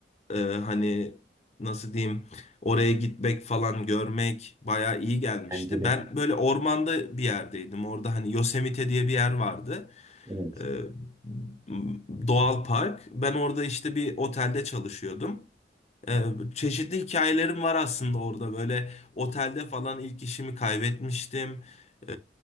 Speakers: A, on the left; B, on the right.
A: E, hani nasıl diyeyim oraya gitmek falan görmek bayağı iyi gelmişti.
B: Bence de.
A: Ben böyle ormanda bir yerdeydim. Orada hani Yosemite diye bir yer vardı.
B: Evet.
A: E, m- doğal park. Ben orada işte bir otelde çalışıyordum. Ee, çeşitli hikayelerim var aslında orada. Böyle otelde falan ilk işimi kaybetmiştim. Ee,